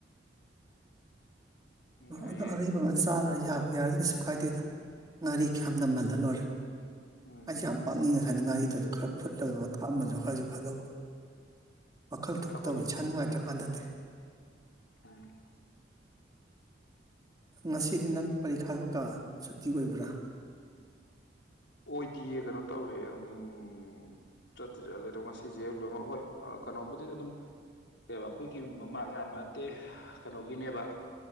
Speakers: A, on the left (about 80°); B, on the right (about 20°).
A: ꯌꯥꯏꯌꯦ
B: ꯎꯗ ꯑꯕ ꯆꯥꯏ ꯌꯥꯕ ꯌꯥꯔꯗꯤ ꯀꯩꯁꯨ ꯀꯥꯏꯗꯦꯗ ꯉꯥꯔꯤ ꯈꯌꯥꯝ ꯅꯝꯃꯜꯍ ꯂꯣꯏꯔꯦ
A: ꯎꯝ
B: ꯑꯩꯁ ꯌꯥꯝ ꯄꯥꯛꯅꯤꯡꯉꯁ ꯍꯥꯏꯅ ꯉꯥꯔꯤꯗꯨ ꯈꯔ ꯐꯨꯠꯂꯒ ꯄꯣꯊꯥ ꯑꯃꯁꯁꯨ ꯈꯔꯁꯨ ꯐꯥꯗꯧꯕ ꯋꯥꯈꯜ ꯊꯣꯛꯇꯕ
A: ꯊꯕꯛ
B: ꯏꯁꯥ ꯅꯨꯡꯉꯥꯏꯇ꯭ꯔꯀꯥꯟꯗꯗꯤ
A: ꯎꯝ
B: ꯉꯁꯤꯗꯤ ꯅꯪ ꯄꯔꯤꯈꯥꯒꯀꯥ ꯁꯨꯇꯤ ꯑꯣꯏꯕ꯭ꯔꯥ
A: ꯑꯣꯏꯗꯤꯌꯦ ꯀꯩꯅꯣ ꯇꯧꯔꯦ ꯎꯝ ꯆꯠꯇ ꯆꯠꯂꯦ ꯑꯗꯣ ꯉꯁꯤꯁꯦ ꯂꯣꯏꯅꯃꯛ ꯍꯣꯏ ꯀꯩꯅꯣꯕꯨꯗꯤ ꯑꯗꯨꯝ ꯀ ꯑꯩꯈꯣꯏꯒꯤ ꯃ ꯃꯥꯛ ꯌꯥꯝꯕ ꯅꯠꯇꯦ ꯀꯩꯅꯣꯒꯤꯅꯦꯕ